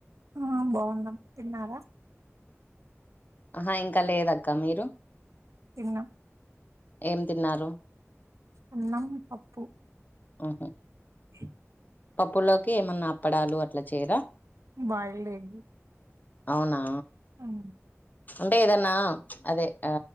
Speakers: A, on the right; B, on the left.
A: ఆ బాగున్నాం తిన్నారా
B: ఆహా ఇంకా లేదక్క మీరు
A: తిన్నాం
B: ఏం తిన్నారు
A: అన్నం పప్పు
B: ఆహా
A: చె
B: పప్పులోకి ఏమన్నా అప్పడాలు అట్లా చేయరా
A: బాయిల్డ్ ఎగ్
B: అవునా
A: ఉమ్
B: అంటే ఏదన్నా అదే ఆ